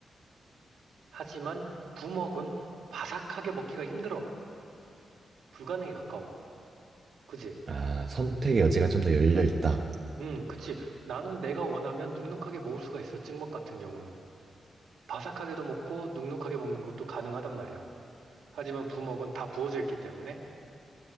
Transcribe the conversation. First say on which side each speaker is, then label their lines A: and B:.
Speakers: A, on the right; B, on the right.
A: 하지만 부먹은 바삭하게 먹기가 힘들어. 불가능에 가까워. 그지?
B: 아, 선택의 여지가 좀 더 열려 있다.
A: 음, 그치. 나는 내가 원하면 눅눅하게 먹을 수가 있어. 찍먹 같은 경우는. 바삭하게도 먹고 눅눅하게 먹는 것도 가능하단 말이야. 하지만 부먹은 다 부어져 있기 때문에